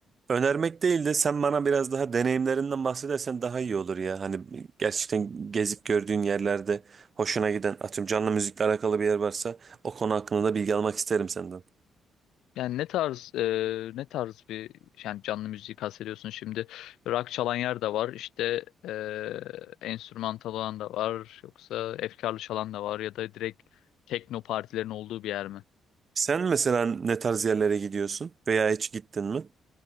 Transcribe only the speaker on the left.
Yani ne tarz e, ne tarz bir yani canlı müzik kastediyorsun şimdi? Rock çalan yer de var, işte e, enstrümantal olan da var, yoksa efkarlı çalan da var ya da direkt tekno partilerin olduğu bir yer mi?